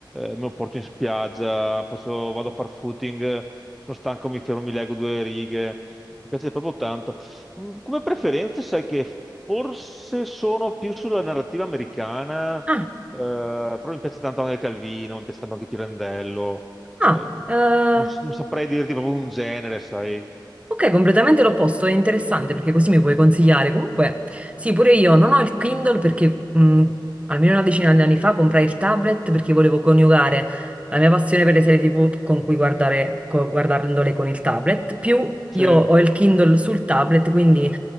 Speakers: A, in the centre; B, on the right.
A: me lo porto in spiaggia, faccio- vado a far footing, sono stanco, mi fermo, mi leggo due righe, mi piace proprio tanto. Mm, Come preferenze, sai che forse sono più sulla narrativa americana, eh,
B: Ah,
A: però mi piace tanto anche Calvino, mi piace tanto anche Pirandello. eh,
B: ah, eh,
A: non, s- non saprei dirti proprio un genere, sai.
B: Ok, completamente l'opposto, è interessante perché così mi puoi consigliare. Comunque, sì, pure io non ho il Kindle perché mh, almeno una decina di anni fa comprai il tablet perché volevo coniugare la mia passione per le serie TV con cui guardare, co- guardandole con il tablet, più
A: Cioè,
B: io ho il Kindle sul tablet, quindi